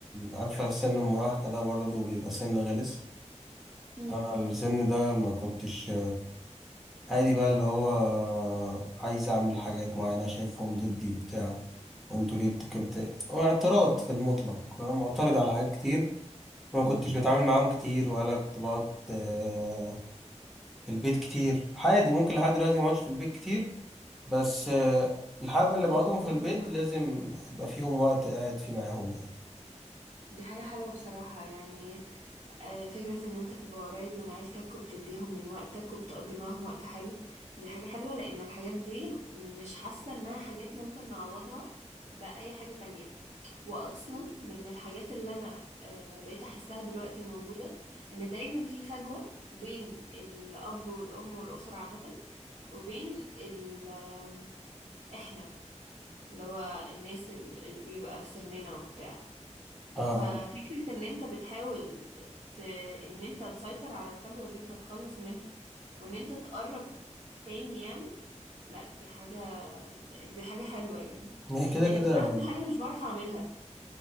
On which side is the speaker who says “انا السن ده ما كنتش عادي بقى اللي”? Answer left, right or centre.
Centre